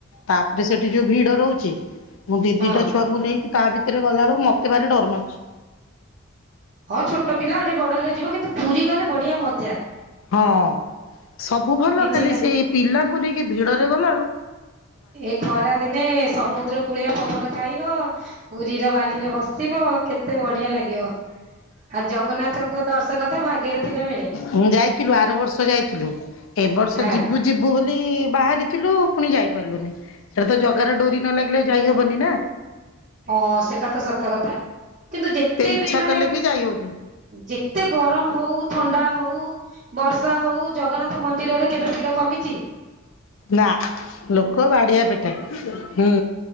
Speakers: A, on the left (about 70°); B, on the right (about 40°).
A: ତାପରେ ସେଠି ଯୋଉ ଭିଡ ରହୁଛି ମୁଁ ଦିଦିଟା
B: ହଁ।
A: ଛୁଆଙ୍କୁ ନେଇକିରି ତା ଭିତରେ ଗଲାବେଳୁ ମତେ ଭାରି ଡର ମାରୁଚି।
B: ହଁ ଛୋଟ ପିଲା ଆଉ ଟିକେ ବଡ ହେଲେ ଯିବ କିନ୍ତୁ ପୁରୀ ଗଲେ ବଢିଆ ମଜା।
A: ହଁ ସବୁ ଭଲ
B: କିଛି
A: ଖାଲି
B: ନା
A: ସେଇ ପିଲାଙ୍କୁ ନେଇକି ଭିଡରେ ଗଲା ଳୁ
B: ଏ ଖରାଦିନେ ସମୁଦ୍ର କୂଳିଆ ପବନ ଖାଇବ। ପୁରୀର ବାଲିରେ ବସିବ କେତେ ବଢିଆ ଲାଗିବ। ହା ଜଗନ୍ନାଥଙ୍କ ଦର୍ଶନ ତ ଭାଗ୍ୟରେ ଥିଲେ ମିଳେ
A: ମୁଁ ଯାଇଥିଲୁ ଆର ବର୍ଷ ଯାଇଥିଲୁ ଏ ବର୍ଷ
B: ହଁ
A: ଯିବୁ ଯିବୁ ବୋଲି ବାହାରିଥିଲୁ ପୁଣି ଯାଇପାରିଲୁନି ସେଇଟା ତ ଜଗାର ଡୋରି ନ ଲାଗିଲେ ଯାଇ ହେବନି ନା।
B: ହଁ ସେଟା ତ ସତ କଥା, କିନ୍ତୁ ଯେତେ
A: ଇଚ୍ଛା
B: ବି ମାନେ
A: କଲେ ଯାଇ ହଉନି।
B: ଯେତେ ଗରମ ହଉ, ଥଣ୍ଡା ହଉ, ବର୍ଷା ହଉ, ଜଗନ୍ନାଥ ଥ ମନ୍ଦିରରେ କେବେ ଭିଡ଼ କମିଚି?
A: ନା ଲୋକ ବାଡ଼ିଆ ପିଟା, ହୁଁ।